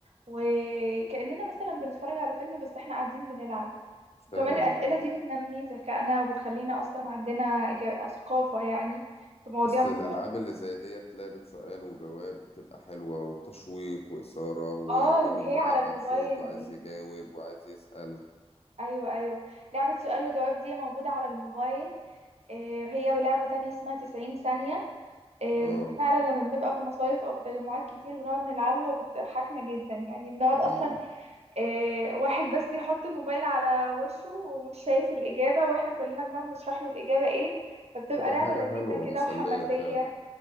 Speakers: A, on the right (about 70°); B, on the left (about 65°).
A: وكأننا مثلا بنتفرج على فيلم بس احنا قاعدين بنلعب
B: فعلا
A: وكمان الأسئلة
B: يعني
A: دي بتنمي ذكائنا وبتخلينا أصلا عندنا إجا- ثقافة يعني في مواضيع
B: اصل
A: مختلفة
B: الالعاب اللي زي ديت لعبة سؤال وجواب بتبقى حلوة وتشويق وإثارة وكله
A: اه اللي
B: بيبقى
A: هي على
B: قاعد
A: الموبايل
B: مبسوط وعايز
A: دي
B: يجاوب وعايز يسأل
A: أيوة أيوة لعبة سؤال وجواب دي موجودة على الموبايل آه، هي ولعبة تانية اسمها 90 ثانية آم،
B: اه
A: فعلا لما بنبقى في مصايف أو في تجمعات كتير بنقعد نلعبها وبتضحكنا جدا يعني بنقعد أصلا
B: امم
A: إيه واحد بس يحط الموبايل على وشه ومش شايف الإجابة واحنا كلنا بنقعد نشرح له الإجابة ايه فبتبقى
B: بتبقى
A: لعبة
B: حاجة
A: لذيذة
B: حلوة
A: كده
B: ومسلية
A: وحماسية
B: فعلا